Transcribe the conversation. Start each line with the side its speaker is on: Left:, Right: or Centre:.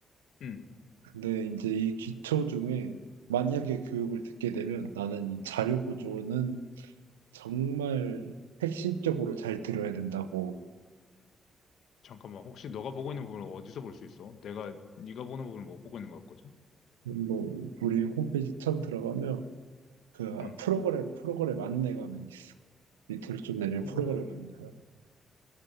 Left: 음.
Right: 근데 이제 이 기초 중에 만약에 교육을 듣게 되면 나는 이 자료 구조는 정말 핵심적으로 잘 들어야 된다고
Left: 잠깐만, 혹시 너가 보고 있는 부분을 어디서 볼 수 있어? 내가 네가 보는 부분을 못 보고 있는 것 같거든?
Right: 뭐 우리 홈페이지 처음 들어가면 그
Left: 음.
Right: 프로그램 프로그램 안내가 있어. 밑으로 좀 내리면
Left: 프로그램,
Right: 프로그램 안내.